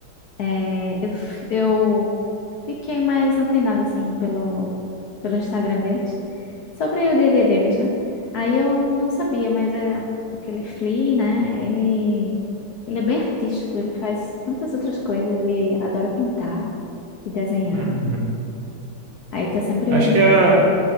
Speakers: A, on the left; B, on the right.
A: é, eu, f- eu fiquei mais antenada, assim, pelo, pelo Instagram deles, sobre o dia a dia deles, né? Aí eu não sabia, mas é, aquele Flea, né? Ele, ele é bem artístico, ele faz tantas outras coisas, ele adora pintar e desenhar.
B: Uhum.
A: Aí tá sempre.
B: Acho que a,